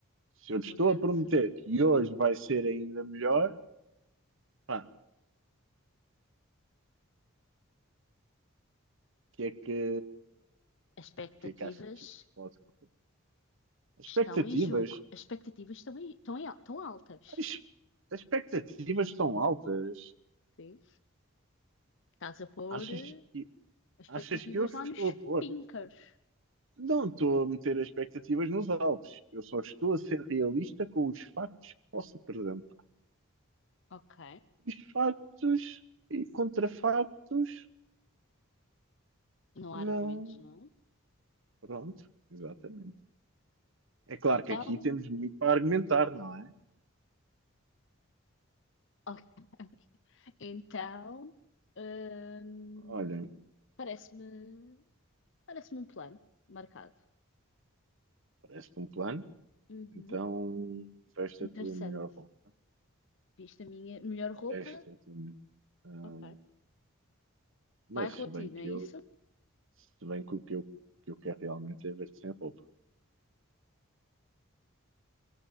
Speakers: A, on the right; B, on the left.
A: Se eu
B: uma
A: te estou
B: grande
A: a prometer
B: surpresa.
A: que hoje vai ser ainda melhor. pá, que é que,
B: As expectativas
A: que, é que achas que pode correr? As
B: estão
A: expectativas,
B: em jogo. As expectativas estão, em, estão, em, al- estão altas.
A: as, as expectativas são altas.
B: Sim. Estás a pôr
A: Achas
B: eh,
A: que,
B: as
A: achas
B: expectativas
A: que eu estou
B: lá nos
A: a pôr?
B: pinkers.
A: Não estou a meter as expectativas nos altos. Eu só estou a ser realista com os factos que posso apresentar.
B: Ok.
A: Os factos e contrafactos,
B: Não
A: não.
B: há argumentos, não?
A: Pronto, exatamente. É claro
B: é? Então,
A: que aqui temos muito para argumentar, não é?
B: ok. <laughs> Então, hum,
A: Olha,
B: parece-me, parece-me um plano marcado.
A: parece-te um plano.
B: Uhum.
A: Então, veste
B: Interessante.
A: a tua melhor roupa.
B: Viste a minha melhor roupa?
A: Veste a tua melhor. Ah,
B: Ok.
A: mas
B: Bairro
A: se
B: Latino,
A: bem que
B: é
A: eu,
B: isso?
A: se bem que o que eu, que eu quero realmente é ver-te sem roupa.